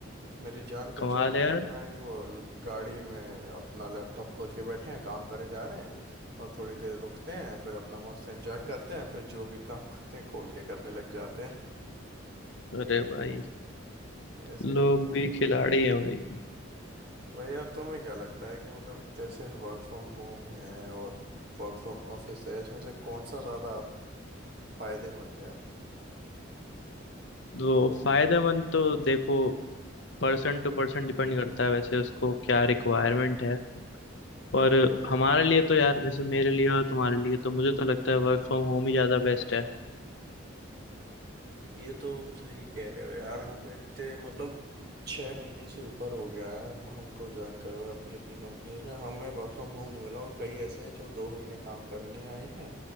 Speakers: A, on the right; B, on the left.
A: मेरी जान पहचान
B: कमाल
A: में
B: है यार
A: है भाई वो ल- गाड़ी में अपना लैपटॉप खोल के बैठे हैं काम करे जा रहे हैं और थोड़ी देर रुकते हैं फिर अपना मस्त एंजॉय करते हैं फिर जो भी काम <laughs> करते हैं खोल के करने लग जाते हैं
B: अरे भाई
A: ऐसे
B: लोग
A: करते हैं
B: भी खिलाड़ी हैं भाई
A: भाई यार तुम्हें क्या लगता है कि मतलब जैसे वर्क फ्रॉम होम है और वर्क फ्रॉम ऑफिस है इसमें से कौन सा ज्यादा फायदेमंद है
B: तो फायदेमंद तो देखो पर्सन टू पर्सन डिपेंड करता है वैसे उसको क्या रिक्वायरमेंट है पर हमारे लिए तो यार जैसे मेरे लिए और तुम्हारे लिए तो मुझे तो लगता है वर्क फ्रॉम होम ही ज़्यादा बेस्ट है
A: ये तो सही कह रहे हो यार हम इतने मतलब छह महीने से ऊपर हो गया है हमको ज्वाइन करे हुए अपनी अपनी कंपनीज में हमें वर्क फ्रॉम होम नहीं मिला और कई ऐसे हैं जो दो महीने काम करने आए हैं